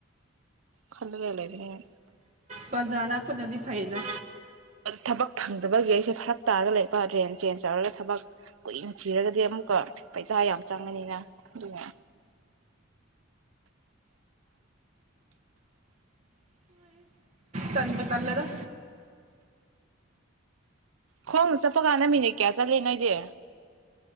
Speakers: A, on the right; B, on the right.
A: ꯈꯜꯂꯒ ꯂꯩꯕꯅꯦ
B: ꯕꯖꯥꯔ ꯅꯛꯄꯗꯨꯗꯤ ꯐꯩꯗ
A: ꯊꯕꯛ ꯐꯪꯗꯕꯒꯤ ꯑꯩꯁꯦ ꯐꯔꯛ ꯇꯥꯔꯒ ꯂꯩꯕ ꯔꯦꯟ ꯆꯦꯟꯁ ꯇꯧꯔꯒ ꯊꯕꯛ ꯀꯨꯏꯅ ꯊꯤꯔꯒꯗꯤ ꯑꯃꯨꯛꯀ ꯄꯩꯁꯥ ꯌꯥꯝ ꯆꯪꯉꯅꯤꯅ ꯑꯗꯨꯅ
B: ꯇꯟꯕꯨ ꯇꯜꯂꯦꯗ
A: ꯈꯣꯡꯅ ꯆꯠꯄ ꯀꯥꯟꯗ ꯃꯤꯅꯤꯠ ꯀꯌꯥ ꯆꯠꯂꯤ ꯅꯣꯏꯗꯤ